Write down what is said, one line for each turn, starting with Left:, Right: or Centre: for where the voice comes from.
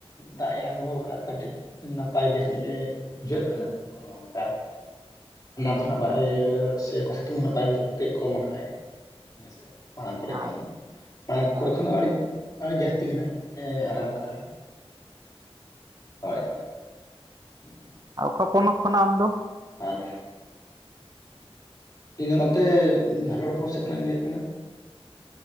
Left: ᱫᱟᱜ ᱮ ᱟᱬᱜᱳ ᱠᱟᱜ ᱟ ᱾ ᱠᱟᱹᱴᱤᱡ ᱱᱟᱯᱟᱭ ᱵᱮᱥ ᱧᱚᱜ ᱵᱩᱡᱷᱟᱹᱜ ᱠᱟᱱᱟ ᱠᱚᱱᱳ ᱚᱱᱠᱟ <unintelligible> ᱵᱟᱭ ᱥᱮ ᱚᱱᱠᱟ ᱥᱤᱛᱩᱝ ᱫᱚ ᱵᱟᱭ ᱵᱩᱡᱷᱟᱹᱜᱼᱟ ᱠᱟᱹᱡ ᱠᱚᱢ ᱠᱟᱜᱼ ᱟᱭ ᱦᱮᱸᱥᱮ? ᱢᱟᱲᱟᱝ ᱠᱚᱨᱮ
Right: ᱟᱪᱪᱷᱟ
Left: ᱠᱷᱚᱱ ᱫᱚ, ᱢᱟᱲᱟᱝ
Right: ᱟᱪᱪᱷᱟ
Left: ᱠᱚᱨᱮ ᱠᱷᱚᱱ ᱫᱚ ᱟᱹᱰᱤ ᱟᱹᱰᱤ ᱡᱟᱹᱥᱛᱤ ᱜᱮ ᱱᱟᱦᱟᱜ ᱟᱨᱟᱢ ᱟᱠᱟᱫ ᱞᱮᱭᱟ ᱦᱳᱭ ᱦᱳᱭ <inaudible>
Right: ᱟᱨ ᱚᱠᱟ ᱯᱚᱱᱚᱛ ᱠᱷᱚᱱᱟᱜ ᱟᱢ ᱫᱚ?
Left: ᱟᱨ ᱤᱧ ᱫᱚ ᱱᱚᱛᱮ ᱵᱷᱟᱜᱚᱞ ᱯᱩᱨ ᱥᱮᱫ ᱠᱷᱚᱱᱟᱜ ᱤᱧ ᱞᱟᱹᱭᱮᱫ ᱛᱟᱦᱮᱱᱟ᱾